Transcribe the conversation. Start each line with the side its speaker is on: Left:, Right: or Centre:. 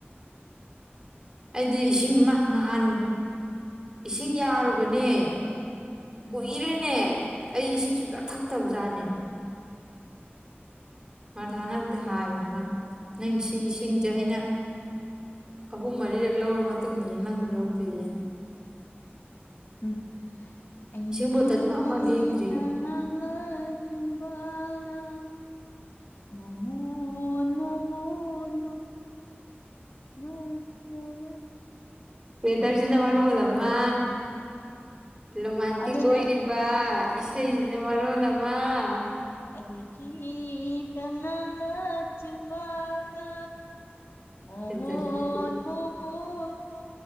Right: ꯑꯩꯗꯤ ꯏꯁꯤꯡ ꯅꯍꯥꯟ ꯏꯁꯤꯡ ꯌꯥꯔꯨꯕꯅꯦ
Left: ꯎꯝ
Right: ꯀꯣꯏꯔꯦꯅꯦ ꯑꯩ ꯏꯁꯤꯡꯁꯨ ꯀ ꯊꯛꯛꯇꯕ ꯖꯥꯠꯅꯦ ꯃꯥ ꯊꯥꯅꯕꯗꯤ ꯍꯥꯏꯕꯅꯤꯃ ꯅꯪ ꯁꯤꯁꯤꯡꯁꯦ ꯑꯩꯅ ꯑꯍꯨꯝ ꯃꯔꯤꯔꯛ ꯂꯧꯔ ꯃꯇꯨꯡꯅꯦ ꯅꯪ ꯂꯧꯗꯣꯏꯔꯤꯌꯦꯅ
Left: ꯎꯝ ꯑꯩꯒꯤ
Right: ꯏꯁꯤꯡ ꯕꯣꯇꯜ ꯑꯃ ꯂꯦꯡꯗ꯭ꯔꯤꯌꯦ
Left: ꯇꯪ ꯃꯥꯡꯂꯥ ꯆꯕꯥꯜꯅ ꯃꯣꯃꯣꯟ ꯃꯃꯣꯟ ꯅꯣꯛꯆꯕ
Right: ꯦꯇꯔꯖꯤꯅ ꯃꯔꯔ ꯍꯣꯂꯃ ꯔꯣꯃꯥꯟꯇꯤꯛ
Left: ꯑꯗꯨꯅꯦ
Right: ꯑꯣꯏꯔꯤꯕ ꯏꯁꯩꯁꯤꯅ ꯃꯔꯣꯜ ꯑꯃꯃ
Left: ꯑꯩꯒꯤꯇ ꯅꯪꯅ ꯆꯕꯥꯜꯅ ꯃꯣꯃꯣꯟ
Right: ꯍꯦꯟꯖꯜꯂꯦ ꯍꯦꯟꯖꯜꯂꯦ
Left: ꯃꯣꯃꯣꯟ ꯇ